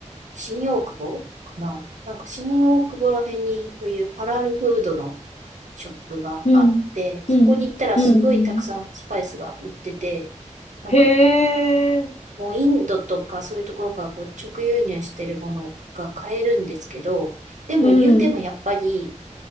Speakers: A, on the right; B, on the left.
A: 新大久保かななんか新大久保ら辺にそういうハラルフードのショップがあって、
B: うん、
A: そこに行ったらすごいたくさんスパイスが売ってて、
B: うん、うん、うん。
A: なんか
B: へえ、
A: もうインドとかそういうところからこう直輸入してるものが買えるんですけど、でも言うてもやっぱり
B: うん。